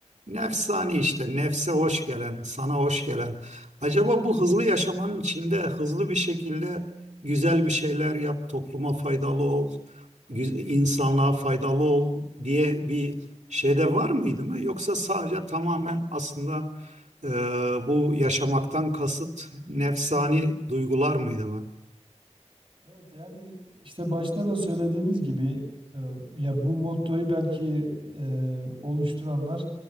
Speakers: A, on the right; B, on the right.
A: nefsani işte, nefse hoş gelen, sana hoş gelen. Acaba bu hızlı yaşamanın içinde hızlı bir şekilde güzel bir şeyler yap, topluma faydalı ol, gü- insanlığa faydalı ol diye bir şey de var mıydı mı? Yoksa sadece tamamen aslında e, bu yaşamaktan kasıt nefsani duygular mıydı mı?
B: Evet yani işte başta da söylediğimiz gibi e, ya bu mottoyu belki e, oluşturanlar